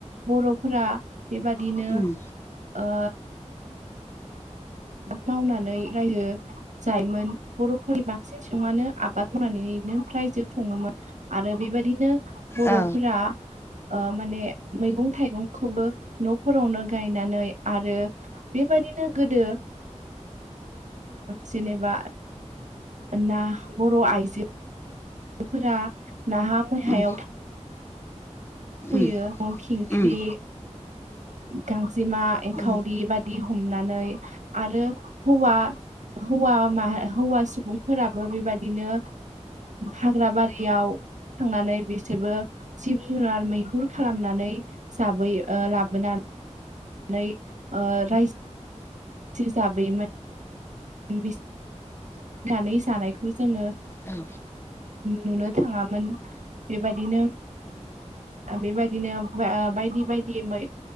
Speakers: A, on the right; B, on the left.
A: बर'फोरा बेबादिनो
B: उम
A: ओ मावनानै रायजो जायोमोन बर'फोरनि बांसिन सुबुङानो आबाद मावनानैनो रायजो खुङोमोन आरो बेबायदिनो बर'फोरा
B: औ
A: माने मैगं थाइगंखौबो न'फोरावनो गायनानै आरो बेबायदिनो गोदो जेनेबा ना बर' आइजोफोरा नाहा मैहायाव
B: उम
A: थां फैयो
B: उम
A: न खिंख्रि
B: उम
A: गांजेमा एंखावरि
B: उम
A: बाय बि हमनानै आरो हौवा हौवा माहा हौवा सुबुं फोराबो बेबायदिनो हाग्रा बारियाव थांनानै बिसोरबो जिब जुनार मैहुर खालामनानै जाबै लाबोनानै नै रायजो जाबोयोमोन <unintelligible> गानै जानायखौ जोंङो
B: औ
A: नुनो थांङामोन बेबायदिनो बेबायदिनो बायदि बायदि मै